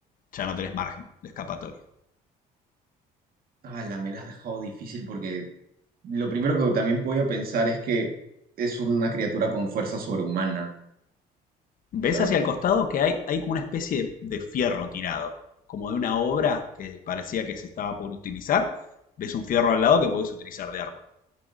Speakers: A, on the left; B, on the right.
A: Ya no tenés margen de escapatoria.
B: Ah, la me la has dejado difícil porque lo primero que también podía pensar es que es una criatura con fuerza sobrehumana.
A: ves
B: O sea,
A: hacia el costado que hay, hay como una especie de, de fierro tirado, como de una obra que parecía que se estaba por utilizar. Ves un fierro al lado que podés utilizar de arma.